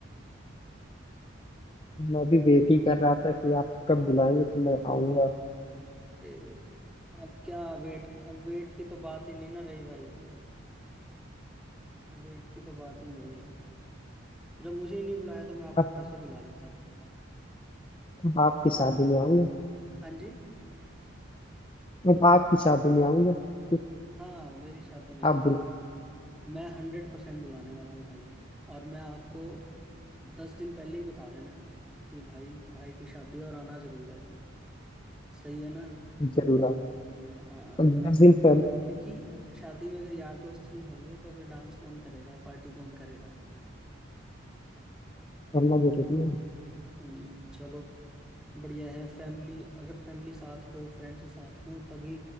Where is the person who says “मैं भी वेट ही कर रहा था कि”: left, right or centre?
Left